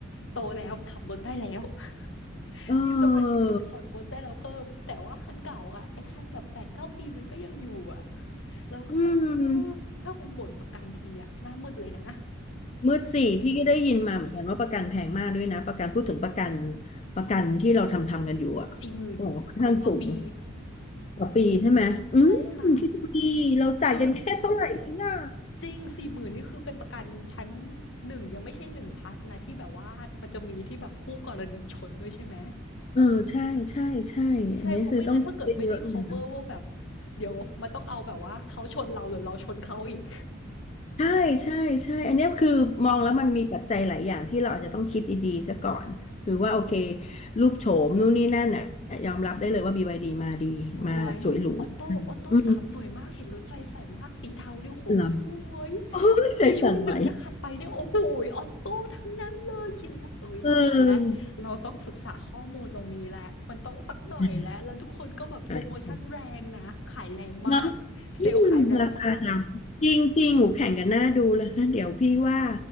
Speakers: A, on the left (about 65°); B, on the left (about 35°).
A: โตแล้วขับรถได้แล้ว <laughs>
B: เออ
A: มีสมาชิกที่ขับรถได้แล้วเพิ่มแต่ว่าคันเก่าอะไอ้คันแบบแปดถึงเก้าปีมันก็ยังอยู่อะเราก็แบบเออถ้ามันหมดประกันทีอะหน้ามืดเลยนะ
B: อืมมืดสี่พี่ก็ได้ยินมาเหมือนกันว่าประกันแพงมากด้วยนะประกันพูดถึงประกันประกันที่เราทำทำกันอยู่อ่ะโอ้ค่อนข้างสูง
A: สี่หมื่นต่อปี
B: ต่อปีใช่ไหมอืมคิดดูดีเราจ่ายกันแค่เท่าไหร่เองอ่ะ
A: ใช่ค่ะคือ จริง40,000นนี่คือเป็นประกันชั้น1ยังไม่ใช่1พล u สนะที่แบบว่ามันจะมีที่แบบคู่กรณีชนด้วยใช่ไหม
B: เออใช่ใช่ใช่อันนี้คือต้องคิดเยอะเลย
A: ใช่เพราะไม่งั้นถ้าเกิดไม่ได้ cover ว่าแบบเดี๋ยวมันต้องเอาแบบว่าเขาชนเราหรือเราชนเขาอีก
B: ใช่ใช่ใช่ อันเนี้ยคือมองแล้วมันมีปัจจัยหลายอย่างที่เราอาจจะต้องคิดดีๆซะก่อน หรือว่าโอเครูปโฉมนู่นนี่นั่นน่ะยอมรับได้เลยว่า BYD มาดีมาสวยหรูอืมอื
A: <laughs> สวยออโต้ออโต้สามสวยมากเห็นรถใจแสนมากสีเทาดิวโหสวย
B: เหรอ <laughs> โอ้ยใจสั่นไหว
A: มีช่วงหนึ่งนะขัดไปเนี่ยโอ้โฮออตโต้ทั้งนั้นเลยคิดแล้วเอ๊ยตายแล้วเราต้องศึกษาข้อมูลตรงนี้แล้วมันต้องสักหน่อยแล้วแล้วทุกคนก็แบบโพรโมชันแรงนะขายแรงมาก
B: <laughs> เอออืาสนใจเน้อง
A: เซลล์ขายแรงมาก
B: อืมราคาดังจริงจริงหูแข่งกันหน้าดูเลยฮะเดี๋ยวพี่ว่า